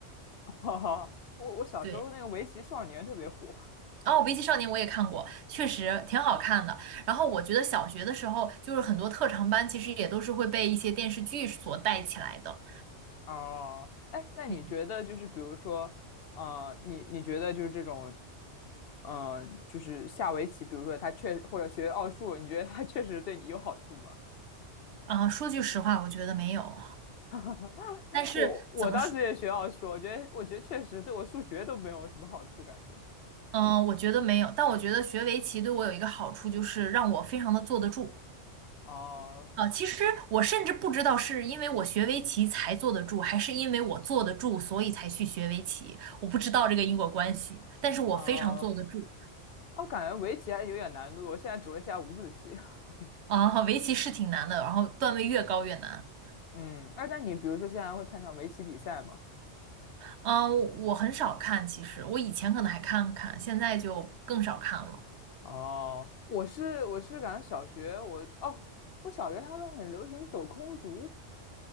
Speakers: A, on the left; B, on the right.
A: <laughs> 哈哈，我我小时候那个围棋少年特别火
B: 对。然后围棋少年》我也看过，确实挺好看的。然后我觉得小学的时候，就是很多特长班其实也都是会被一些电视剧所带起来的。
A: 哦。哎，那你觉得就是比如说，
B: 嗯，
A: 呃，你你觉得就是这种，嗯、就是下围棋，比如说他确或者学奥数，你觉得他确实对你有好处吗？
B: 啊、说句实话，我觉得没有。
A: <laughs>
B: 但是怎么说？
A: 我我当时也学奥数，我觉得我觉得确实对我数学都没有什么好处，感觉。
B: 嗯、我觉得没有。但我觉得学围棋对我有一个好处，就是让我非常的坐得住。
A: 哦
B: 啊，其实我甚至不知道是因为我学围棋才坐得住，还是因为我坐得住，所以才去学围棋。我不知道这个因果关系，但是我非常坐得住。
A: 哦哦，我感觉围棋还有点难度，我现在只会下五子棋。<laughs>
B: 啊、围棋是挺难的，然后段位越高越难。
A: 嗯，哎，那你比如说现在会看看围棋比赛吗？
B: 啊、我我很少看，其实我以前可能还看看，现在就更少看了。
A: 哦，我是我是感觉小学我哦，我小学他们很流行抖空竹，